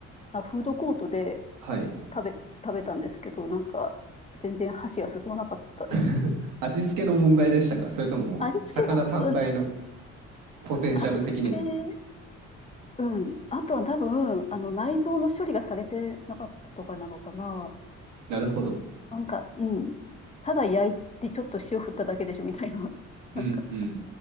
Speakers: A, on the left (about 20°); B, on the right (about 90°).
A: あ、フードコートで
B: はい。
A: 食べ、食べたんですけど、なんか全然箸が進まなかったです。
B: <laughs> 味付けの問題でしたかそれとも、
A: 味付けの、
B: 魚単体の
A: うん、
B: ポテンシャル的になんです。
A: 味付け、うん。あとは多分、あの、内臓の処理がされてなかったとかなのかな。
B: なるほど。
A: なんか、うん。ただ焼いてちょっと塩振っただけでしょみたいな、<laughs>
B: うんうん。
A: なんか、